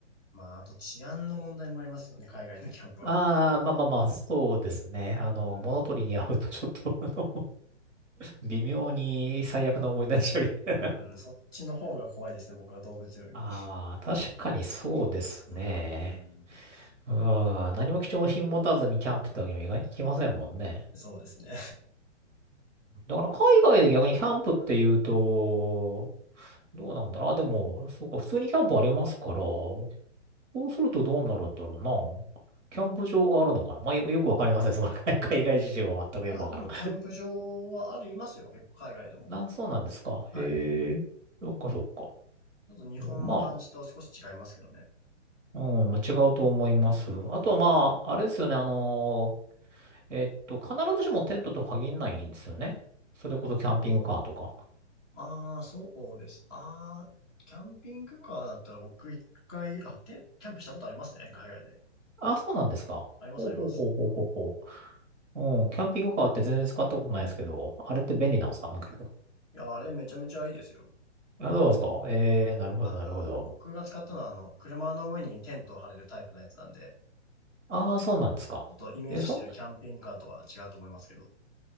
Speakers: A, in the centre; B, on the right (about 80°).
A: まあ、あと治安の問題もありますよね、海外のキャンプは。
B: ああ、まあまあまあ、そうですね。あの、
A: うーん。
B: 物取りに会うとちょっと、あの、微妙に最悪な思い出しちゃう
A: うーん、そっちの方が怖いですね、僕は動物よりも。
B: ああ、まあ、確かにそうですね。
A: うーん。
B: うん、何も貴重品持たずにキャンプってわけにもいかいきませんもんね。
A: そうですね。
B: だから海外で逆にキャンプって言うと、どうなんだろう。あ、でも、そうか、普通にキャンプありますから、そうするとどうなるんだろうな。キャンプ場があるのかなまあ、よ、よくわかりません。その海 <laughs> 海外事情は全くよくわからん。
A: いや、でもキャンプ場はありますよ、結構海外でも。
B: な、そうなんですか。
A: はい。
B: へえ、そっかそっか。
A: ちょっと日本の感じと少し違いますけどね。
B: まあ、うん、まあ違うと思います。
A: うーん。
B: あとはまあ、あれですよね、あのえっと、必ずしもテントと限らないんですよね。それこそキャンピングカーとか。
A: ああ、そうです。ああ、キャンピングカーだったら僕一回、あ、てキャンプしたことありますね、海外で。
B: あ、そうなんですか。
A: あります、
B: ほうほうほうほうほうほ
A: あります。
B: う。うん、キャンピングカーって全然使ったことないですけど、あれって便利なんですかなんか。
A: いや、あれめちゃめちゃいいですよ。
B: あ、そうなんですか。えー、なるほど、
A: ああ、
B: なるほど。
A: でも僕が使ったのは、あの、車の上にテントを張れるタイプのやつなんで、
B: ああ、そうなんですか。
A: ちょっとイメージしてるキャンピングカーとは違うと思いますけど。
B: え、そん、